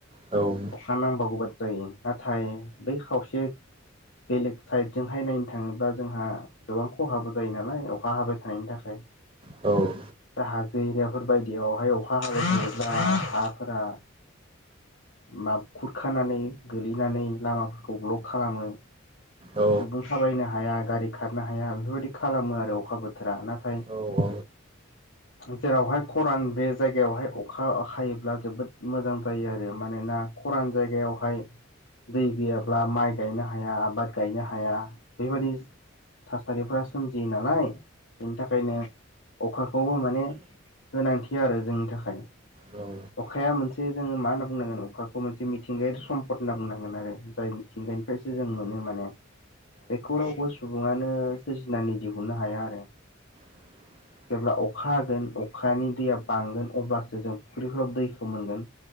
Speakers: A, on the right (about 25°); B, on the left (about 65°).
A: औ
B: हानांबावगौबादि जायो नाथाय बै खावसे बेलेग साइडजोंहाय नायनो थाङोब्ला जोंहा गोबां खहाबो जायो नालाय अखा हाबाय थानायनि थाखाय।
A: औ
B: दा हाजो एरियाफोर बायदियावहाय अखा हाबाय थायोब्ला हाफोरा माब खुरखानानै गोलैनानै लामाफोरखौ ब्लक खालामो।
A: औ
B: सुबुं थाबायनो हाया गारि खारनो हाया बेफोरबायदि खालामो आरो अखा बोथ बोथोरा नाथाय
A: औ औ
B: जेरावहाय खरान बे जायगायावहाय अखा हायोब्ला जोबोद मोजां जायो आ रो मानोना खरान जायगायावहाय दै गैयाब्ला माइ गायनो हाया आबाद गायनो हाया बेबादि थासारिफोरा सोमजियो नालाय। बेनि थाखायनो अखाखौबो माने गोनांथि आरो जोंनि थाखाय।
A: औ
B: अखाया मोनसे जोङो मा होनना बुंनांगोन अखाखौ मोनसे मिथिंगायारि सम्पद होनना बुंनांगोन आरो जाय मिथिंगानि फ्रायसो जों मोनो माने। बेखौ रावबो सुबुङानो सोरजिनानै दिहुननो हाया आरो।
A: <unintelligible>
B: जेब्ला अखा हागोन अखानि दैया बांगोन अब्लासो जों फुख्रिफोराव दैखौ मोनगोन।